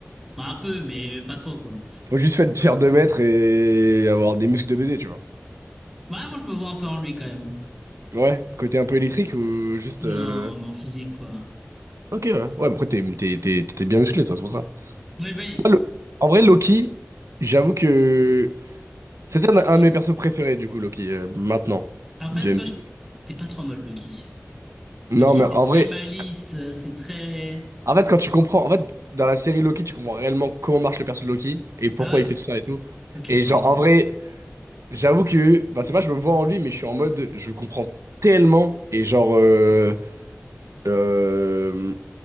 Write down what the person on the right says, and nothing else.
Faut juste fait- faire 2 mètres et avoir des muscles de baiser, tu vois.
Ouais, côté un peu électrique ou juste...
euh,
Ok, ouais. Ouais, mais après, t'es t'es- t'es- t'es bien musclé, toi, c'est pour ça.
Moi, le- En vrai, Loki, j'avoue que... C'était un,
un
de mes persos préférés, du coup, Loki, euh, maintenant,
du MCU.
Non,
mais
en
vrai...
En fait, quand tu comprends, en fait, dans la série Loki, tu comprends réellement comment marche le perso de Loki et pourquoi
il fait tout ça et tout.
Et
genre, en vrai, j'avoue que, bah, c'est pas, je me vois en lui, mais je suis en mode, je le comprends tellement et genre, euh, euh,